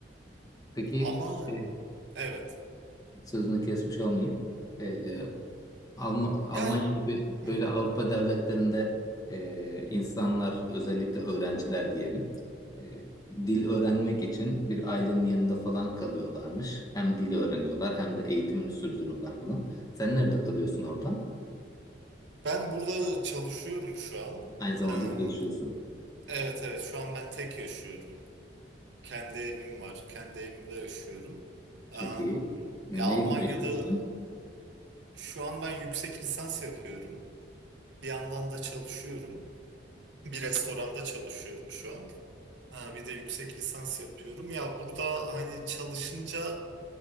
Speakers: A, on the left; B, on the right.
A: Peki
B: Ama
A: e,
B: evet.
A: sözünü kesmiş olmayayım. E, Alm-
B: Ya
A: Almanya gibi böyle
B: hı,
A: Avrupa devletlerinde e, insanlar özellikle öğrenciler diyelim e, dil öğrenmek için bir ailenin yanında falan kalıyorlarmış. Hem dil öğreniyorlar hem de eğitimini sürdürüyorlar falan. Sen nerede kalıyorsun orada?
B: ben burada çalışıyorum şu an.
A: Aynı zamanda
B: Eee,
A: çalışıyorsun.
B: evet evet şu an ben tek yaşıyorum. Kendi evim var. Kendi evimde yaşıyorum.
A: Çok
B: Eee,
A: iyi. Neyle
B: ya Almanya'da
A: meşgulsün?
B: şu an ben yüksek lisans yapıyorum. Bir yandan da çalışıyorum. Bir restoranda çalışıyorum şu an. Ee, Bir de yüksek lisans yapıyorum. Ya burada hani çalışınca